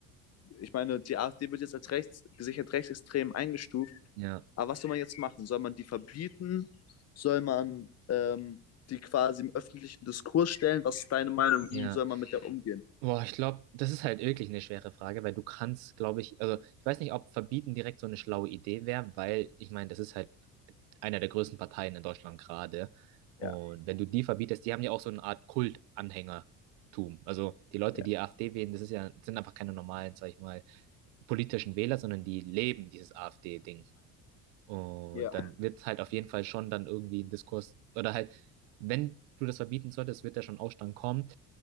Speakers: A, on the left; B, on the right.
A: ich meine, die AfD wird jetzt als rechts, gesichert rechtsextrem eingestuft.
B: Ja,
A: Aber was soll man jetzt machen? Soll man die verbieten? Soll man ähm, die quasi im öffentlichen Diskurs stellen? Was ist deine Meinung?
B: ja.
A: Wie soll man mit der umgehen?
B: Boah, ich glaube, das ist halt wirklich eine schwere Frage, weil du kannst, glaube ich, also ich weiß nicht, ob verbieten direkt so eine schlaue Idee wäre, weil ich meine, das ist halt einer der größten Parteien in Deutschland gerade. Und
A: Ja,
B: wenn du die verbietest, die haben ja auch so eine Art Kultanhängertum. Also die Leute,
A: ja,
B: die AfD wählen, das ist ja, sind einfach keine normalen, sag ich mal, politischen Wähler, sondern die leben dieses AfD-Ding. Und
A: ja,
B: dann wird halt auf jeden Fall schon dann irgendwie ein Diskurs, oder halt, wenn du das verbieten solltest, wird da schon Aufstand kommen.